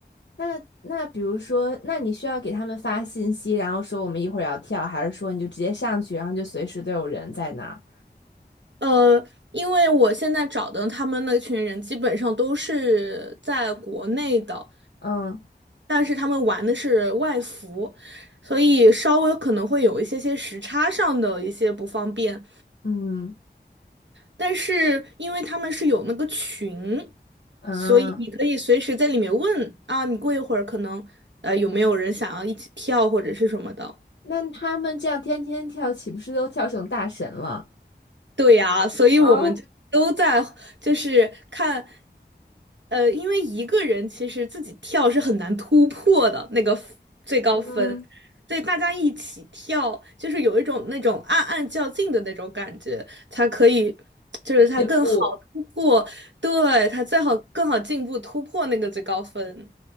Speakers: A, on the left (about 85°); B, on the right (about 85°).
A: 那那比如说，那你需要给他们发信息，然后说我们一会儿要跳，还是说你就直接上去，然后就随时都有人在那儿？
B: 呃，因为我现在找的他们那群人基本上都是在国内的，
A: 嗯
B: 但是他们玩的是外服，所以稍微可能会有一些些时差上的一些不方便。
A: 嗯
B: 但是因为他们是有那个群，
A: 嗯，
B: 所以你可以随时在里面问啊，你过一会儿可能呃有没有人想要一起跳或者是什么的。
A: 那他们这样天天跳，岂不是都跳成大神了？
B: 对呀，所以我们就都在就是看，
A: 啊，
B: 呃，因为一个人其实自己跳是很难突破的那个 f- 最高分，
A: 嗯，
B: 所以大家一起跳，就是有一种那种暗暗较劲的那种感觉，才可以，就是他更好突破，
A: 进步。
B: 对，他最好更好进步突破那个最高分。